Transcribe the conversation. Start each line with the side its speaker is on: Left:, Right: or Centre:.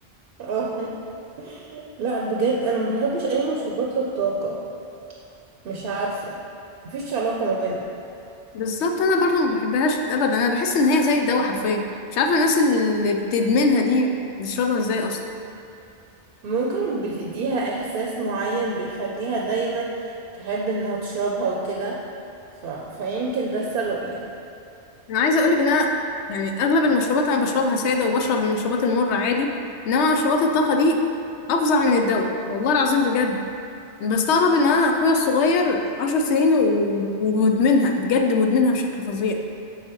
Right: اه <laughs> لا بجد انا ما بحبش اي مشروبات للطاقه مش عارفه مفيش علاقه ما بيننا
Left: بالظبط انا برضو ما بحبهاش ابدا انا بحس ان هي زي الدواء حرفيا مش عارفه الناس اللي بتدمنها دي بتشربها ازاي اصلا
Right: ممكن بتديها احساس معين بيخليها دايما تحب انها تشربها وكده ف... فيمكن ده السبب يعني
Left: انا عايزه اقولك ان انا يعني اغلب المشروبات انا بشربها ساده وبشرب المشروبات المره عادي انما مشروبات الطاقه دي افظع من الدواء والله العظيم بجد بستغرب ان انا اخويا الصغير عشر سنين و- ومدمنها بجد مدمنها بشكل فظيع